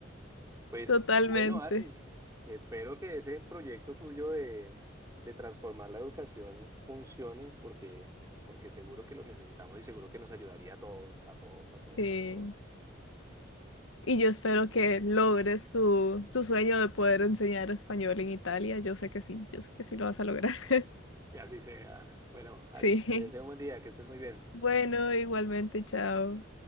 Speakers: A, on the right; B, on the left.
A: Pues
B: Totalmente,
A: bueno, Ari, espero que ese proyecto tuyo de, de transformar la educación funcione porque, porque seguro que lo necesitamos y seguro que nos ayudaría a todos, a todos, a todos,
B: sí.
A: a todos.
B: Y yo espero que logres tu, tu sueño de poder enseñar español en Italia. Yo sé que sí, yo sé que sí lo vas a lograr. <laughs>
A: Que así sea. Bueno,
B: Sí.
A: Ari, te deseo un buen día, que estés muy bien.
B: Bueno, igualmente, chao.